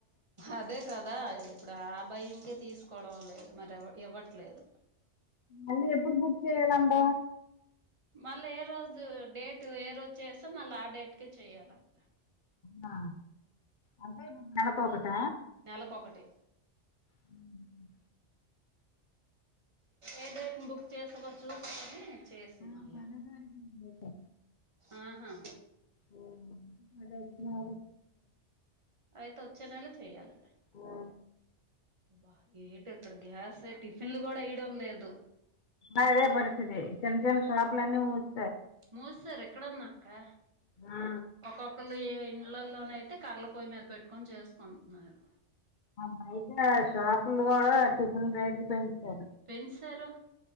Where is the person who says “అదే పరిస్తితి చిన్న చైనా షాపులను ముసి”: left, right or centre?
Left